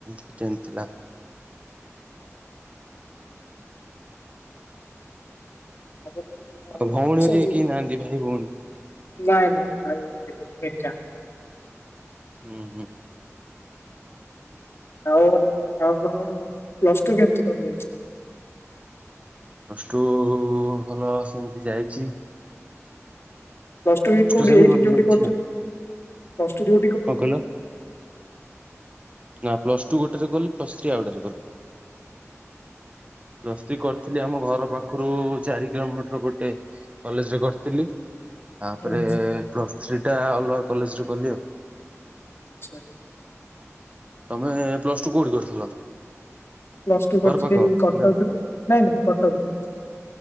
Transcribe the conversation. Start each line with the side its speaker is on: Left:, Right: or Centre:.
Right: କି ଟେନଥ ଥିଲା।
Left: ଆପଣ
Right: ଆଉ ଭଉଣୀରେ
Left: ଆସନ୍ତୁ
Right: କିଏ ନାହାନ୍ତି ଭାଇ ଭଉଣୀ?
Left: ନାଇଁ ନାଇଁ ଭାଇ ଭଉଣୀ କେହି ନାହାନ୍ତି ମୁଁ ଏକା।
Right: ହୁଁ ହୁଁ।
Left: ଆଉ ଆଉ ଆପଣଙ୍କର ପ୍ଲସ ଟୁ କେମିତି କଣ ଯାଇଚି?
Right: ପଲଷ୍ଟୁ ଭଲ ସେମିତି ଯାଇଚି।
Left: ପ୍ଲଟୁ କୋଉଠି
Right: ସେମିତି
Left: ଏଇଠି
Right: ଭଲ
Left: କୋଉଠି
Right: ଯାଇଛି
Left: କରିଚନ୍ତି?
Right: ଆଉ।
Left: ପ୍ଲଟୁ
Right: କଣ କହିଲ ନା ପ୍ଲସ ଟୁ ଗୋଟେରେ କଲି ପ ସ୍ତ୍ରୀ ଆଉ
Left: <inaudible>
Right: ପ୍ଳ ଥ୍ରି କରିଥିଲି ଆମ ଘର ପାଖରୁ ଚାରି କିଲୋମିଟର ଗୋଟେ କଲେଜରେ କରିଥିଲି। ତାପରେ
Left: ହୁଁ ହୁଁ
Right: ପ୍ଲସ୍ ଥ୍ରୀ ଟା ଅଲଗା କଲେଜରେ କଲି ଆଉ।
Left: ଆଚ୍ଛା।
Right: ତମେ ପ୍ଲସ ଟୁ କୋଉଠି କରିଥିଲ?
Left: ପ୍ଲସ ଟୁ
Right: ଘର
Left: କରିଥିଲି
Right: ପାଖ
Left: କଟକରେ
Right: ନା
Left: ନାଇଁ ନାଇଁ କଟକରେ କରିଥିଲି।